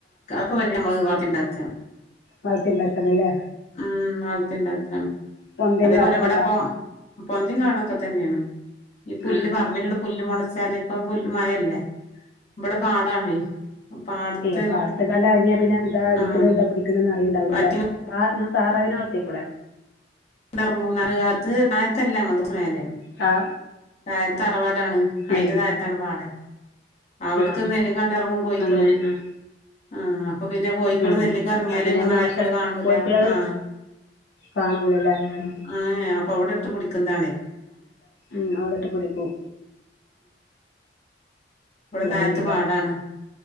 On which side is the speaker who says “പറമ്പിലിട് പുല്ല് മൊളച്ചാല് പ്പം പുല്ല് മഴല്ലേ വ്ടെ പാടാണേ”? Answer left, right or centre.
Left